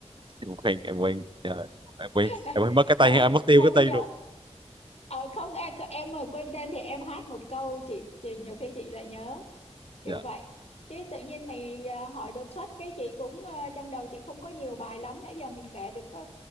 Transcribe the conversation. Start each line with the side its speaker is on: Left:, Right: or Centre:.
Right: em quên em quên Trời, em quên
Left: <laughs>
Right: em quên mất cái
Left: thôi
Right: tên em mất tiêu
Left: thôi
Right: cái
Left: bây
Right: tên
Left: giờ
Right: rồi
Left: ờ, không em em mà quên tên thì em hát một câu chị chị nhiều khi chị lại nhớ kiểu
Right: dạ
Left: vậy chứ tự nhiên mày ờ, hỏi đột xuất cái chị cũng ờ, trong đầu chị không có nhiều bài lắm nãy giờ mình kể được có